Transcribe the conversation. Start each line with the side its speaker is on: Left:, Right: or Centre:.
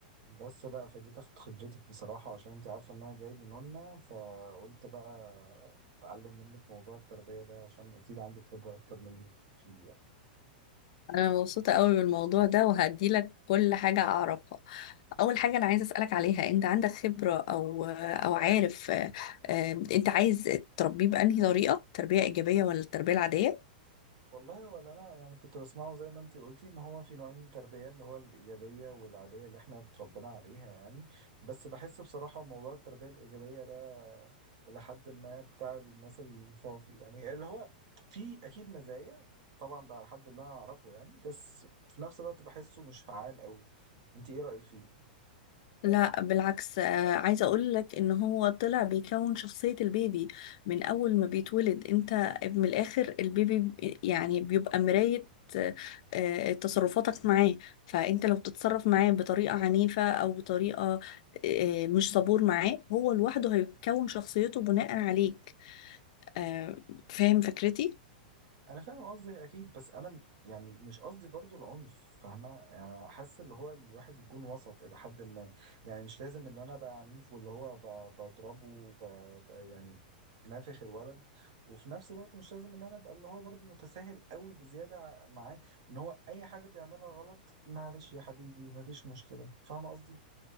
Right: بس بقى فجيت اخد خبرتك بصراحة عشان انت عارفة ان انا جاي لنونا فقلت بقى اتعلم منك موضوع التربية ده عشان اكيد عندك خبرة اكتر مني فيه يعني.
Left: انا مبسوطه قوي بالموضوع ده وهدي لك كل حاجه اعرفها اول حاجه انا عايزه اسالك عليها انت عندك خبره او او عارف آه، آه، انت عايز تربيه بانهي طريقه تربيه ايجابيه ولا التربيه العاديه
Right: والله ولا انا يعني كنت بسمعه زي ما انت قلتي ان هو في نوعين تربيه اللي هو الايجابيه والعاديه اللي احنا اتربينا عليها يعني بس بحس بصراحه موضوع التربيه الايجابيه ده الى حد ما بتاع الناس الفاضي يعني اللي هو في اكيد مزايا طبعا ده على حد اللي انا اعرفه يعني بس في نفس الوقت بحسه مش فعال قوي انت ايه رايك فيه
Left: لا بالعكس آه، عايزة اقول لك ان هو طلع بيكون شخصية البيبي من اول ما بيتولد انت من الاخر البيبي ب- يعني بيبقى مراية آه، آه، تصرفاتك معاه فانت لو بتتصرف معاه بطريقة عنيفة او بطريقة آه، مش صبور معاه هو لوحده هيكون شخصيته بناء عليك آه، فاهم فكرتي؟
Right: انا فاهم قصدك اكيد بس انا م- يعني مش قصدي برضو العنف فاهمه يعني حاسس اللي هو الواحد يكون وسط الى حد ما يعني مش لازم ان انا ابقى عنيف واللي هو ب- بضربه وب- ب- يعني نافخ الولد وفي نفس الوقت مش لازم ان انا ابقى اللي هو برضو متساهل قوي بزياده معاه ان هو اي حاجه بيعملها غلط معلش يا حبيبي مفيش مشكله فاهمه قصدي